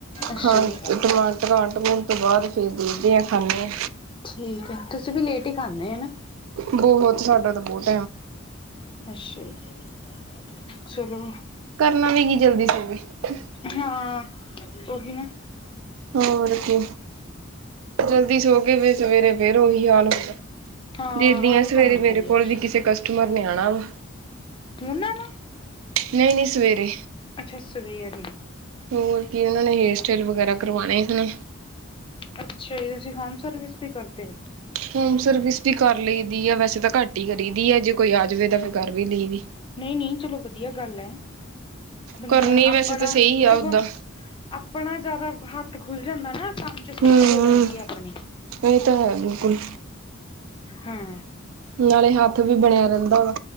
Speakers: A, on the left; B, on the right.
A: ਅੱਛਾ
B: ਖਾ
A: ਜੀ
B: ਸਮਾਨ ਟਿਕਾਣ -ਟੁਕੋਣ ਤੋਂ ਬਾਅਦ ਫੇਰ ਦੇਖਦੇ ਆ, ਖਾਂਨੇ ਆ।
A: ਠੀਕ ਐ, ਤੁਸੀਂ ਵੀ ਲੇਟ ਹੀ ਖਾਂਨੇ ਆ ਹਨਾ।
B: ਬਹੁਤ ਸਾਡਾ ਤਾਂ ਬੋਤ
A: ਅੱਛਾ ਜੀ, ਚਲੋ।
B: ਕਰਨਾ ਵੀ ਕੀ, ਜਲਦੀ ਸੌ ਕੇ।
A: ਹਾਂ, ਉਹੀ ਨਾ।
B: ਹੋਰ ਕੀ, ਜਲਦੀ ਸੌ ਕੇ ਫਿਰ ਸਵੇਰੇ ਉਹੀ ਹਾਲ ਹੁੰਦਾ।
A: ਹਾਂ
B: ਦੇਦੀਆ
A: ਉਹੀ
B: ਸਵੇਰੇ
A: ਤਾਂ ਹੁੰਦਾ
B: ਮੇਰੇ
A: ਹੀ ਹੈ
B: ਕੋਲ ਵੀ ਕਿਸੇ ਕਸਟਮਰ ਨੇ ਆਉਣਾ ਵਾ।
A: ਉਹਨਾਂ ਨੂੰ
B: ਨਹੀ -ਨਹੀ ਸਵੇਰੇ।
A: ਅੱਛਾ ਸਵੇਰ ਨੂੰ
B: ਹੋਰ ਕੀ, ਉਹਨਾਂ ਨੇ ਹੇਅਰ ਸਟਾਈਲ ਵਗੈਰਾ ਕਰਵਾਣੇ ਹੁਣ
A: ਅੱਛਾ ਜੀ, ਤੁਸੀ ਹੋਮ ਸਰਵਿਸ ਵੀ ਕਰਦੇ ਹੋ
B: ਹੋਮ ਸਰਵਿਸ ਵੀ ਕਰ ਲਈਦੀ ਆ, ਵੈਸੇ ਤਾ ਘੱਟ ਈ ਕਰੀਦੀ ਆ, ਜੇ ਕੋਈ ਆ ਜਾਵੇ ਤਾਂ ਫੇਰ ਕਰ ਵੀ ਲਈਦੀ
A: ਨਹੀ- ਨਹੀ ਚਲੋ ਵਧੀਆ ਗੱਲ ਐ, ਬੰਦਾ
B: ਕਰਨੀ ਵੈਸੇ
A: ਆਪਣਾ,
B: ਤਾਂ ਸਹੀ
A: ਸਗੋਂ
B: ਆ ਓਦਾਂ
A: ਆਪਣਾ ਜਾਦਾ ਹੱਥ ਖੁੱਲ ਜਾਂਦਾ ਨਾ ਕੰਮ 'ਚ ਸਪੀਡ
B: ਹਮ
A: ਹੋ ਜਾਂਦੀ ਆਪਣੀ,
B: ਇਹ ਤਾਂ ਹੈ ਬਿਲਕੁਲ
A: ਹਾਂ
B: ਨਾਲੇ ਹਾਥ ਵੀ ਬਣੇਆ ਰੈਂਦਾ ਵਾ,